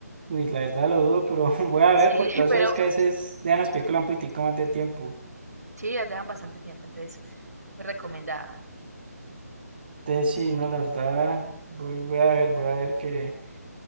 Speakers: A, on the right; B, on the right.
A: Uy, la verdad lo dudo, pero <laughs> voy a
B: Sí,
A: ver porque
B: <laughs>
A: vos
B: pero
A: sabes que a veces dejan las películas un poquitico más de tiempo.
B: sí, las dejan bastante tiempo, entonces muy recomendada.
A: Entonces sí, no, la verdad, voy, voy a ver, voy a ver qué.